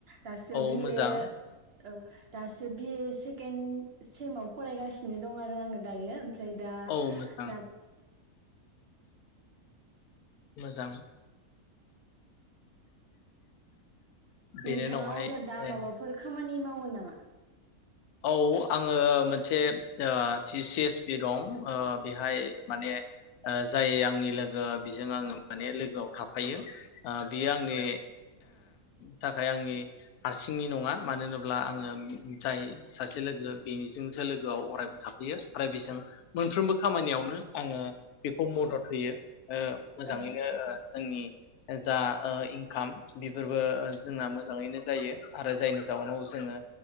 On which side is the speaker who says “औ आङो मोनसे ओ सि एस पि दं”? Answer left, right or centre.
Left